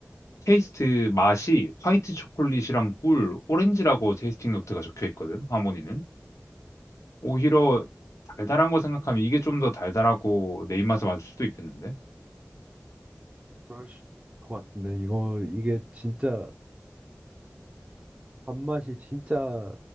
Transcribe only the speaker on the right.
그러실 것 같은데 이거 이게 진짜 밥맛이 진짜